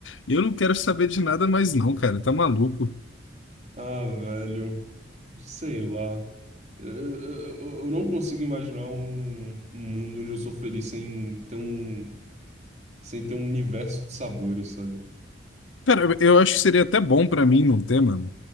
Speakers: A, on the left; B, on the right.
A: Eu não quero saber de nada mais, não, cara. Tá maluco.
B: Ah, velho. Sei lá. Eu, eu, eu eu não consigo imaginar um, um mundo onde eu sou feliz sem ter um. sem ter um universo de sabores, sabe?
A: Cara, eu eu acho que seria até bom pra mim num tema